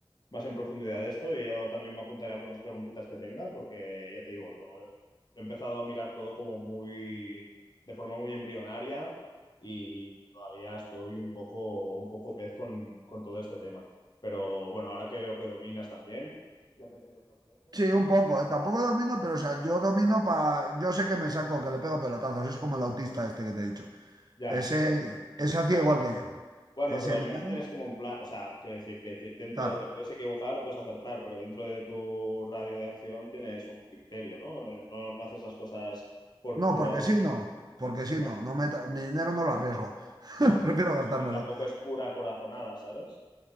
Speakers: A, on the left (about 50°); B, on the right (about 45°).
A: más en profundidad de esto y yo también me apuntaré algunas preguntitas que tenga porque ya te digo, lo, lo he empezado a mirar todo como muy, de forma muy embrionaria y todavía estoy un poco, un poco pez con, con todo este tema. Pero bueno, ahora que veo que dominas también, ya te pido consejo
B: Sí, un
A: y...
B: poco, ¿eh? Tampoco domino, pero o sea, yo domino para. Yo sé que me saco, que le pego pelotazos. Es como el autista este que te he dicho.
A: Ya.
B: Ese, ese hacía igual que yo.
A: Bueno,
B: Ese
A: pero al
B: mira,
A: menos tienes como un plan, o sea, quiere decir que te- dentro
B: claro.
A: te puedes equivocar o puedes acertar, pero dentro de tu radio de acción tienes un criterio, ¿no? Eh, no, no haces las cosas por
B: No,
A: pura...
B: porque sí, no. Porque
A: Exacto.
B: sí, no. No me tra- Mi dinero no lo arriesgo. <laughs>
A: No.
B: Prefiero gastármelo.
A: Y y tampoco es pura corazonada, ¿sabes?